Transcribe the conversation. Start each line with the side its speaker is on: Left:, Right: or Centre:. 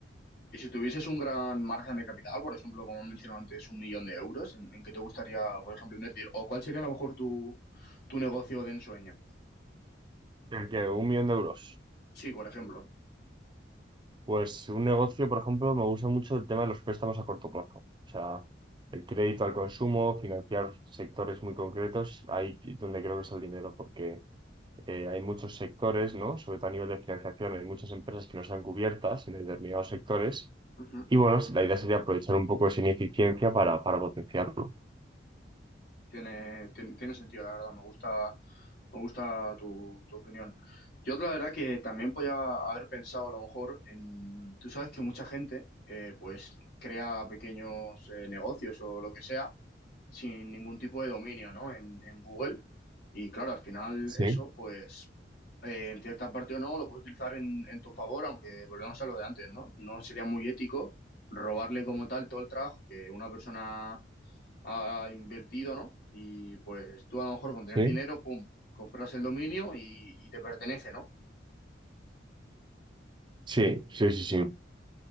Left: Y si tuvieses un gran margen de capital, por ejemplo, como he mencionado antes, un millón de euros, ¿en, en qué te gustaría, por ejemplo, invertir? ¿O cuál sería a lo mejor tu, tu negocio de ensueño?
Right: ¿El qué? Un millón de euros.
Left: Sí, por ejemplo.
Right: Pues un negocio, por ejemplo, me gusta mucho el tema de los préstamos a corto plazo. O sea, el crédito al consumo, financiar sectores muy concretos, ahí es donde creo que está el dinero, porque eh, hay muchos sectores, ¿no? Sobre todo a nivel de financiación, hay muchas empresas que no están cubiertas en determinados sectores
Left: Ujú.
Right: Y bueno, la idea sería aprovechar un poco esa ineficiencia para, para potenciarlo.
Left: tiene, tiene, tiene sentido, la verdad. Me gusta, me gusta tu, tu opinión. Yo la verdad que también podía haber pensado a lo mejor en, tú sabes que mucha gente eh, pues crea pequeños eh, negocios o lo que sea sin ningún tipo de dominio, ¿no? En, en Google. Y claro, al final
Right: Sí,
Left: eso pues eh, en cierta parte o no lo puedes utilizar en, en tu favor, aunque volvemos a lo de antes, ¿no? No sería muy ético robarle como tal todo el trabajo que una persona ha invertido, ¿no? Y pues tú a lo mejor con tener
Right: sí.
Left: dinero, pum, compras el dominio y, y te pertenece, ¿no?
Right: Sí, sí, sí, sí.